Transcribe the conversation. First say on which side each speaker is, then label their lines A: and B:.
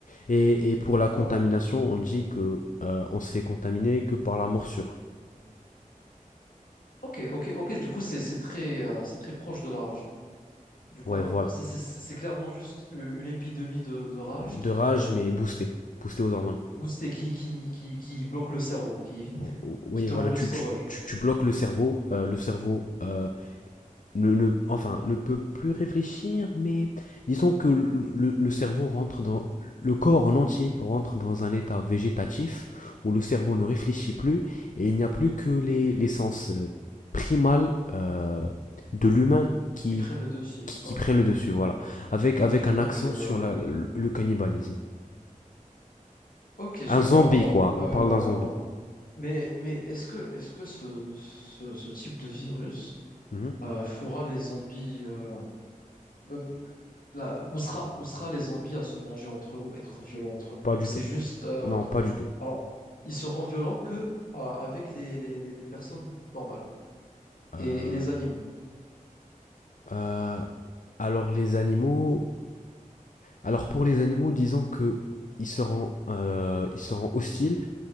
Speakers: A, on the left (about 65°); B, on the left (about 85°).
A: Et, et pour la contamination,
B: Alors,
A: on dit que euh, on se fait contaminer que par la morsure.
B: ok, ok, ok. Du coup, c'est c'est très, euh, c'est très proche de la rage. Du coup,
A: Ouais,
B: on va-
A: voilà.
B: c'est c'est- c'est- c'est clairement juste u- une épidémie de, de rage
A: De
B: qui
A: rage,
B: euh,
A: mais boosté, boosté aux hormones.
B: booste et qui, qui, qui, qui bloque le cerveau, qui,
A: Oh, oh, Oui,
B: qui te
A: voilà,
B: rend
A: tu,
B: juste sauvage,
A: tu, tu, tu bloques le cerveau, euh, le cerveau euh, ne, ne- enfin, ne peut plus réfléchir, mais disons que le, le cerveau rentre dans, le corps en entier rentre dans un état végétatif où le cerveau ne réfléchit plus et il n'y a plus que les, les sens euh, primals euh, de l'humain qui,
B: qui prennent le dessus.
A: qui,
B: Ok,
A: qui prennent le dessus, voilà. Avec, avec un
B: ok,
A: accent
B: je
A: sur
B: vois.
A: la- le le cannibalisme.
B: Ok, je
A: Un zombie,
B: vois. Alors,
A: quoi.
B: euh,
A: On parle d'un zombie.
B: mais, mais est-ce que, est-ce que ce, ce, ce type de virus
A: Mhm.
B: euh, fera les zombies, euh, euh, la- poussera, poussera les zombies à se manger entre eux ou être violents entre eux?
A: Pas du
B: Ou c'est
A: tout.
B: juste, euh,
A: Non, pas du tout.
B: alors, ils seront violents que euh, avec les, les, les les personnes normales
A: Euh,
B: et et les animaux.
A: euh, alors les animaux, Alors pour les animaux, disons que il se rend, euh, il se rend hostile